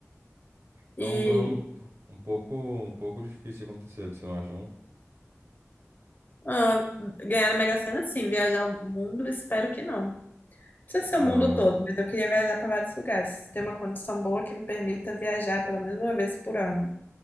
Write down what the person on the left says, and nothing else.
E
ah, ganhar na Mega Sena, sim, viajar o mundo, espero que não. Não precisa ser
o mundo todo,
mas eu queria viajar para vários lugares. Ter uma condição boa que me permita viajar pela mesma vez por ano.